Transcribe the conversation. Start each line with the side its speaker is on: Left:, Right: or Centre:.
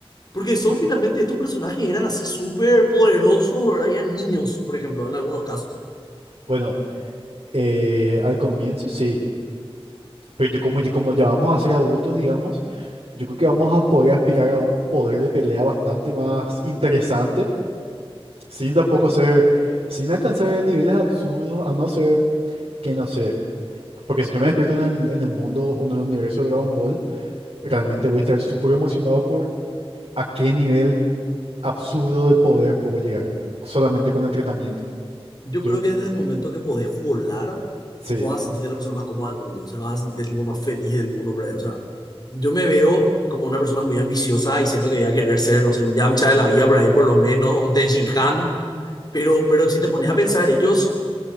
Left: Porque
Right: Y
Left: son finalmente, estos personajes eran así súper poderosos, ¿verdad? Y eran niños, por ejemplo, en algunos casos.
Right: bueno, eh, al comienzo sí, pero yo como, ya- como ya vamos a ser adultos, digamos, yo creo que vamos a poder aspirar a un poder de pelea bastante más interesante, sin tampoco ser, sin alcanzar niveles absurdos, a no ser que, no sé, porque si yo me despierto en el, en el mundo o en el universo de Dragon Ball, realmente voy a estar súper emocionado por a qué nivel absurdo de poder puedo llegar, solamente con entrenamiento.
Left: Yo
Right: Yo,
Left: creo que desde el momento que podés volar,
Right: sí,
Left: vos vas a sentirte la persona más cómoda del mundo, o sea, vas a sentirte el tipo más feliz del mundo por ahí, o sea, yo me veo como una persona muy ambiciosa y siento que voy a querer ser, no sé, un Yamcha de la vida por ahí por lo menos, o un Ten Shin Han, pero, pero si te pones a pensar, ellos,